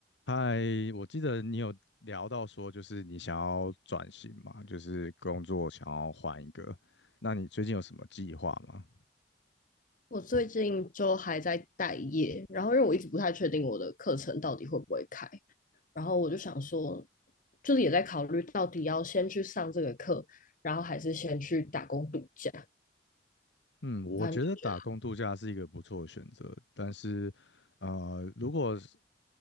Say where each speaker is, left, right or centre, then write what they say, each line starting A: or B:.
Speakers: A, on the left; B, on the left.
A: 嗨，我记得你有聊到说，就是你想要转型嘛，就是工作想要换一个。那你最近有什么计划吗？
B: 我最近就还在待业，然后因为我一直不太确定我的课程到底会不会开，然后我就想说，就是也在考虑到底要先去上这个课，然后还是先去打工度假。
A: 嗯，我觉得打工度假是一个不错的选择，
B: 反正就觉
A: 但是，呃，如果是